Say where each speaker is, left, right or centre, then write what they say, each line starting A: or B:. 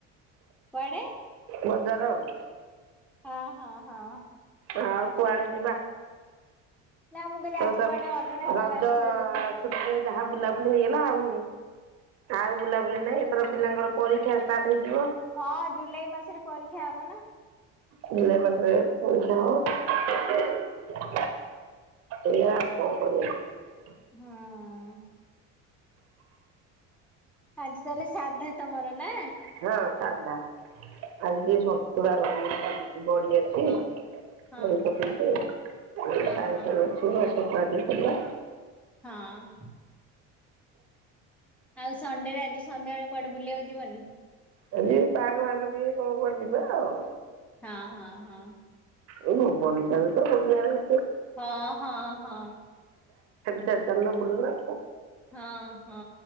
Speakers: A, in the centre; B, on the right.
A: କୁଆଡେ?
B: ବଜାର ଆଉ।
A: ହଁ ହଁ ହଁ।
B: ଆଉ କୁଆଡେ ଯିବା।
A: ନା ମୁଁ କହିଲି
B: ତ
A: ଆଜି
B: ତ
A: କୁଆଡେ ଅର୍ଡର ଫର୍ଡର
B: ରଜ
A: ଆସିଥିବ ଯଦି
B: ଛୁଟିରେ ଯାହା ବୁଲାବୁଲି ହେ ନା ଆଉ ଆଉ ବୁଲାବୁଲି ନାଇଁ। ପିଲାଙ୍କର ପରୀକ୍ଷା ଷ୍ଟାର୍ଟ ହେଇଯିବ।
A: ହଁ ଜୁଲାଇ ମାସରେ ପରୀକ୍ଷା ହବ ନା।
B: ଜୁଲାଇ ମାସରେ ପରିକ୍ଷା ହବ। ଏଇଆ ଆଉ କଣ କରିବା।
A: ହୁଁ। ଆଜି ତାହେଲେ ସାଧା ତମର ନା।
B: ହଁ ସାଧା। ଆଜି ଟିକେ ସନ୍ତୁଳା କରିବି ବୋଲି ଭାବୁଛି। ବଡି ଅଛି।
A: ହଁ ହଁ।
B: ବଡି ପକେଇକି
A: ହଁ
B: ସାରୁଟେ
A: ହଁ
B: ଅଛି। ସନ୍ତୁଳା ଟିକେ କରିବା।
A: ହଁ ଆଉ ସଣ୍ଡେ ରେ ଆଜି ସନ୍ଧ୍ୟାବେଳ କୁଆଡେ ବୁଲିବାକୁ ଯିବନି?
B: ଆଜି। ତାର ଭାଗ ଟିକେ କଣ କୁଆଡେ ଯିବା ଆଉ।
A: ହଁ ହଁ ହଁ
B: ଏଇ ଭୁବନେଶ୍ବର ତ ଗୋଟେ ଜାଗାରେ।
A: ହଁ ହଁ ହଁ।
B: ସିଆଡେ ଚାଲୁନ ବୁଲନ।
A: ହଁ ହଁ